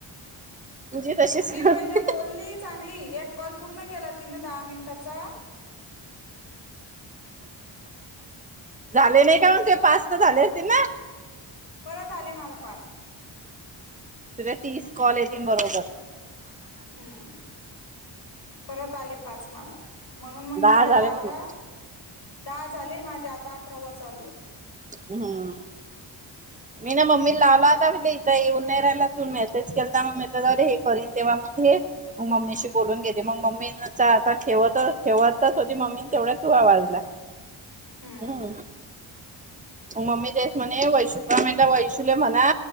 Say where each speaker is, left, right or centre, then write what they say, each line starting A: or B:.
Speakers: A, on the right; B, on the left.
A: पूजी तशीच
B: पुजी
A: करते
B: पहिल्या बोलली चांगली. एक कॉल पूर्ण केला तिन दहा मिनटाचा.
A: झाले नाही का म्हग ते पाच तर झाले असतील ना.
B: परत आले मला पाच.
A: तुला तीस कॉल येतील बरोबर.
B: हम्म परत आले पाचमाला म्हणून मग
A: दहा
B: तिला
A: झाले
B: लावला
A: म्हणजे
B: दहा झाले माझे आता अकरावा चालू आहे.
A: हम्म. मी ना मम्मी लावला आता म्हले इथं येऊन नाही राहिला तू मेसेज केलता मम्मी त जाऊरे हे करीन तेव्हा मग हे मग मम्मीशी बोलून घेते मग मम्मी आता ठेवत ठेवतच होती मम्मी तेवढ्या धुवा वाढला
B: हम्म
A: हम मम्मी तेेत म्हणे वैषुम वैशुले म्हणा